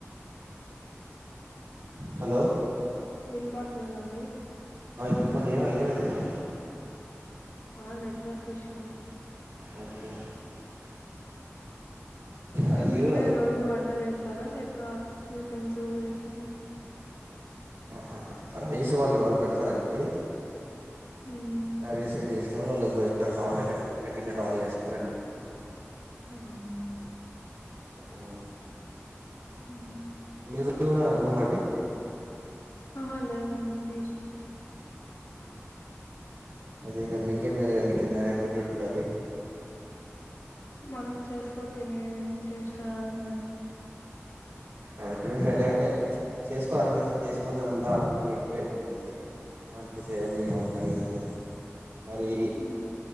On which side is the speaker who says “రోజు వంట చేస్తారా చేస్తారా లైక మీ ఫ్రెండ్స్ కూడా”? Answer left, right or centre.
Left